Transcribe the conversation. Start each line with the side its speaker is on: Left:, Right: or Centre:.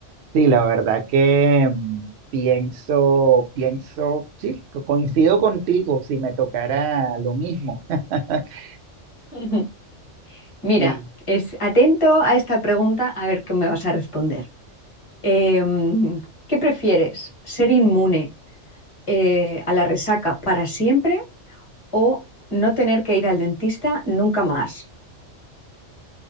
Right: Sí, la verdad que mm, pienso, pienso, sí, co- coincido contigo si me tocara lo mismo. <laughs>
Left: <laughs> Mira,
Right: Sí.
Left: es atento a esta pregunta a ver qué me vas a responder. Em, ¿qué prefieres? ¿Ser inmune eh, a la resaca para siempre o no tener que ir al dentista nunca más?